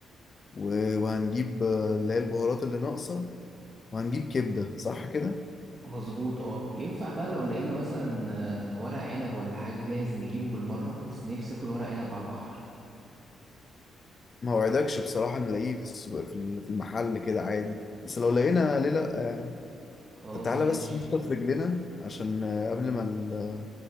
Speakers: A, on the left (about 35°); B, on the right (about 35°).
A: و- وهنجيب آه، اللي هي البهارات اللي ناقصة وهنجيب كبدة صح كده؟
B: مظبوط اه ينفع بقى لو لقينا مثلا آه، ورق عنب ولا حاجة جاهز نجيبه بالمرة أصل نفسي آكل ورق عنب على البحر
A: ما وعدكش بصراحة نلاقيه في السوق في ال- في المحل كده عادي بس لو لقينا ليه لأ يعني
B: خلاص
A: طب تعالى
B: ماشي
A: بس نفطر في رجلنا عشان آه، قبل ما ال...